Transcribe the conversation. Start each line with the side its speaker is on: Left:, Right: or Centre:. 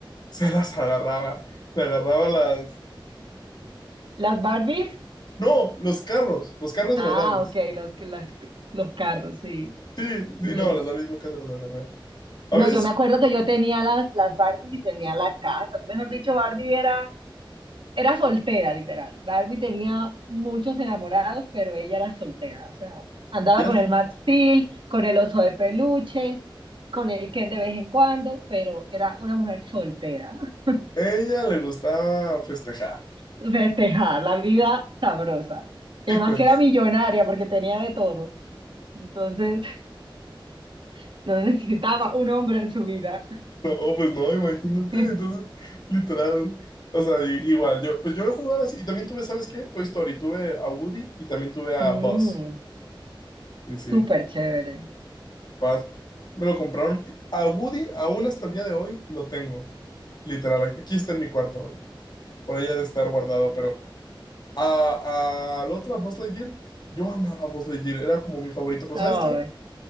Left: se las agarraba, le agarraba las,
Right: Las Barbies,
Left: no, los carros, los carros
Right: ah,
Left: de las Barbies.
Right: ok, los, las- los carros, sí.
Left: Sí, sí,
Right: Y
Left: no,
Right: yo-
Left: las Barbies nunca se las agarré. A
Right: no,
Left: veces
Right: yo me acuerdo que yo tenía las, las Barbies y tenía la casa. Mejor dicho, Barbie era Era soltera, literal. Barbie tenía muchos enamorados, pero ella era soltera. O sea, andaba
Left: ella
Right: con el Max Steel, con el oso de peluche, con el Ken de vez en cuando, pero era una mujer soltera. <laughs>
Left: ella le gustaba festejar.
Right: Festejar la vida sabrosa. Y
Left: Sí,
Right: además
Left: pues.
Right: que era millonaria porque tenía de todo. Entonces, <laughs> no necesitaba un hombre en su vida.
Left: No, pues no, imagínate.
Right: <laughs>
Left: Entonces, literal. O sea, i- igual, yo, pues yo he jugado así. Y también tuve, ¿sabes qué? Toy Story. Tuve a Woody y también tuve a
Right: Mm,
Left: Buzz. Sí, sí.
Right: súper chévere.
Left: mis Papás me lo compraron. y A Woody, aún hasta el día de hoy, lo tengo. Literal, aquí está en mi cuarto. Por ahí ha de estar guardado. Pero a- a- al otro, a Buzz Lightyear, yo amaba a Buzz Lightyear. Era como mi favorito. Pero
Right: Ay,
Left: ¿sabes qué?